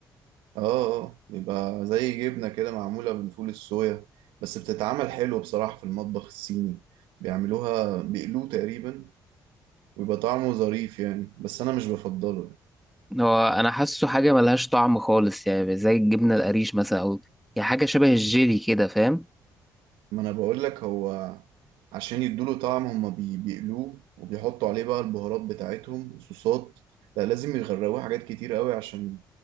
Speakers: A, on the right; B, in the centre.
A: اه اه بيبقى زي جبنة كده معمولة من فول الصويا بس بتتعمل حلو بصراحة في المطبخ الصيني بيعملوها بيقلوه تقريبا ويبقى طعمه ظريف يعني بس أنا مش بفضله يعني.
B: هو انا حاسه حاجه ملهاش طعم خالص يعني زي الجبنه القريش مثلا او يعني حاجه شبه الجيلي كده فاهم
A: ما أنا بقول لك هو عشان يدوله طعم هما بي- بيقلوه وبيحطوا عليه بقى البهارات بتاعتهم وصوصات لا لازم يغرقوه حاجات كتير قوي عشان